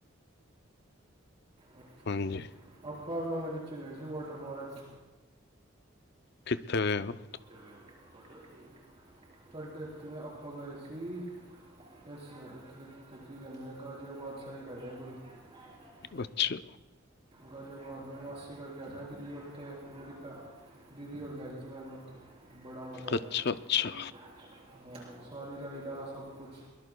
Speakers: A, on the right; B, on the left.
A: ਹ
B: ਹਾਂਜੀ
A: ਆਪਾਂ ਵੀ ਉਹਨਾਂ ਵਿੱਚੋਂ ਰਹਿ ਜੂ ਵੋਟਰ ਪਾਰਕ
B: ਕਿੱਥੇ ਹੈ ਉਹ
A: ਹਮ ਤੁਹਾਡੇ ਉੱਥੇ ਹੀ ਤੁਹਾਡੇ ਉੱਥੇ ਆਪਾਂ ਗਏ ਸੀ ਇਸ <unintelligible> ਕੀ ਗਲ ਐ ਗਾਜ਼ਿਆਆਬਾਦ ਸਾਈਡ ਹੈਗਾ ਹੈ ਕੋਈ। ਹਹਛਾ <unintelligible>
B: ਅੱਛਾ।
A: ਗਾਜਿਆਬਾਦ ਮੇਂ ਮਾਸੀ ਘਰ ਗਿਆ ਥਾ ਦਿਲੀਂ ੳਥੇ ਮੇ- ਦੀਦੀ ਹੋਰ ਮੈ ਗਏ ਸੀ ਸਾਨੂੰ ਉੱਥੇ ਬੜਾ ਮਜ਼ਾ
B: ਅੱਛਾ
A: ਆਇਆ, ਅ
B: ਅੱਛਾ
A: ਜਾ। ਹਾਂ ਸਾਰੀ ਰਾਈਡਾ ਸਭ ਕੁਛ,